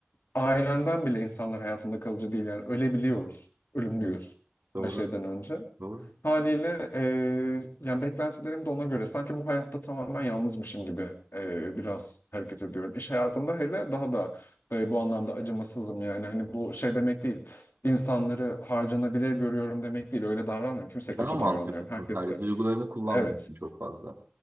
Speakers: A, on the left (about 60°); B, on the right (about 55°).
A: ailenden bile insanlar hayatında kalıcı değil yani ölebiliyoruz. Ölümlüyüz
B: Evet, doğru,
A: her şeyden önce.
B: doğru.
A: Haliyle e, yani beklentilerim de ona göre sanki bu hayatta tamamen yalnızmışım gibi e, biraz hareket ediyorum. İş hayatında hele daha da e, bu anlamda acımasızım yani hani bu şey demek değil. İnsanları harcanabilir görüyorum demek değil. Öyle davranmıyorum. Kimse
B: Daha
A: kötü
B: mantıklısın
A: davranmıyorum. Herkesle.
B: sadece. Duygularını kullanmıyorsun
A: Evet.
B: çok fazla.